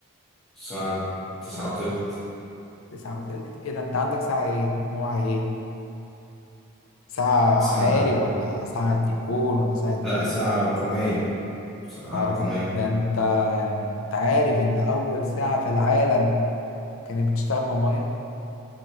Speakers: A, in the centre; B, on the left.
A: ساعة تسعة وتلت
B: تسعة وتلت ايه ده انت عندك ساعة ايه نوعها ايه ساعة
A: ساعة
B: عقارب ولا ساعة تليفون ولا ساعة
A: لا
B: ايه
A: ساعة رقمية ساعة
B: ساعة
A: رقمية
B: رقم ده انت يعني انت عارف ان اول ساعة في العالم كانت بتشتغل بمية